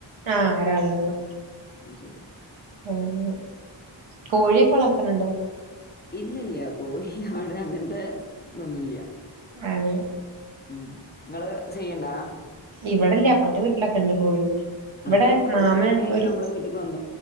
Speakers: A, on the right; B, on the left.
A: ആ ഒരാളെന്നൊള്ളു
B: ആ ശരി
A: ഉം കോഴിക്കെ വളർത്തണുണ്ടോ?
B: ഇല്ലല്ല കോഴി ആട് അങ്ങനത്തെ തൊന്നുംല്ല
A: അതെ
B: ഉം നങ്ങള് ചെയ്യണ്ടാ?
A: ഇവിടെല്ല അപ്പുറത്തെ വീട്ടിലൊക്കെണ്ട് കോഴി
B: ആ
A: ഇവടെ
B: അപ്പറത്തെ
A: മാമൻ
B: വീട്ടിലുണ്ടായാലും
A: ഒരു
B: നമ്മളെ വീട്ടിക്ക്